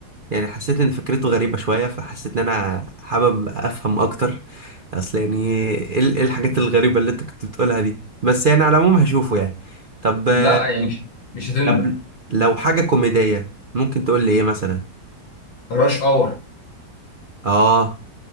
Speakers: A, on the right; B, on the left.
A: يعني حسيت ان فكرته غريبة شوية فحسيت ان انا حابب افهم اكتر اصل يعني ايه إيه الحاجات الغريبة اللي انت كنت بتقولها دي بس يعني على العموم هشوفه يعني طب
B: لا
A: آه،
B: يعني مش مش هتندم
A: طب لو حاجة كوميدية ممكن تقول لي ايه مثلا
B: راش اور
A: اه